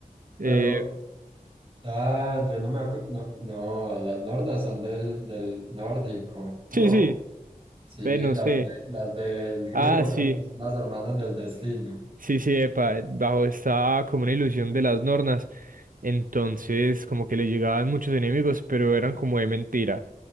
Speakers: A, on the right; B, on the right.
A: Eh,
B: Pero, ah, yo no me acuerdo, no, no, las nornas son del, del nórdico, no.
A: Sí, sí.
B: Sí,
A: ve, no
B: las,
A: sé.
B: de, las del griego
A: Ah, sí.
B: creo que son las hermanas del destino.
A: Sí, sí, epa, bajo estaba como una ilusión de las Nornas. Entonces, como que le llegaban muchos enemigos, pero eran como de mentira.